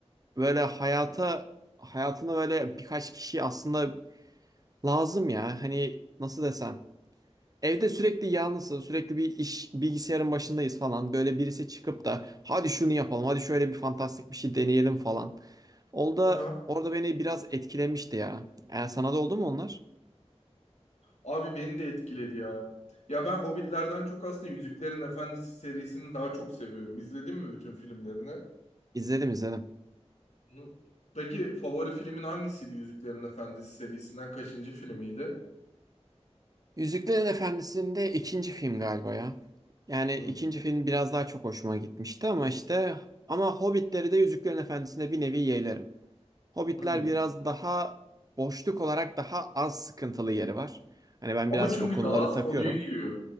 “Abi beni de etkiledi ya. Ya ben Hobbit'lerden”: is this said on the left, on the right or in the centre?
Left